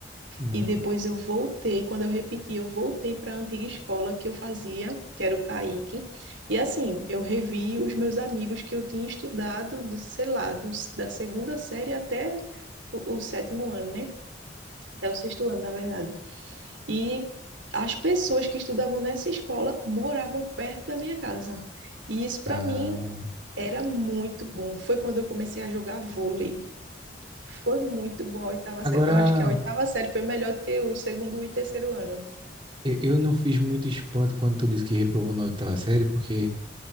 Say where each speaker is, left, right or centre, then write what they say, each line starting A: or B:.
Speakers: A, on the right; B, on the right.
A: Uhum.
B: E depois eu voltei, quando eu repeti, eu voltei para a antiga escola que eu fazia, que era o Caíque. E assim, eu revi os meus amigos que eu tinha estudado, do, sei lá, dos- da segunda série até o o sétimo ano, né? até o sexto ano, na verdade. E as pessoas que estudavam nessa escola moravam perto da minha casa. E isso para
A: Ah,
B: mim era muito bom. Foi quando eu comecei a jogar vôlei. Foi muito bom a oitava
A: agora,
B: série. Eu acho que a oitava série foi melhor do que o segundo e terceiro ano.
A: e- eu não fiz muito espanto quando tu disse que reprovou na oitava série, porque